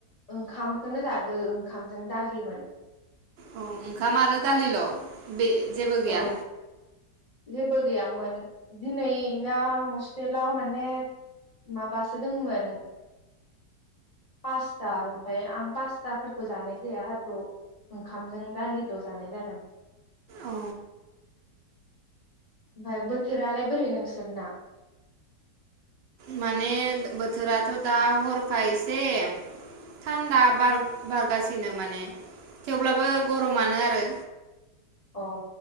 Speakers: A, on the left; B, on the right.
A: ओंखामखौनो जादों ओंखामजों दालिमोन।
B: औ ओंखाम आरो दालिल बे। जेबो गैया।
A: औ जेबो गैयामोन दिनै ना हस्टेलाव माने माबासो दंमोन पास्ता ओमफ्राय आं पास्ताफोरखौ जानाय जाया थ ओंखामजों दालिल जानाय जादों।
B: औ
A: ओमफ्राय बोथोरालाय बोरै नोंसोरना।
B: माने बोथोराथ दा हरखाय एसे थान्दा बार बारगासिनो माने थेवब्लाबो गरमानो आरो।
A: अ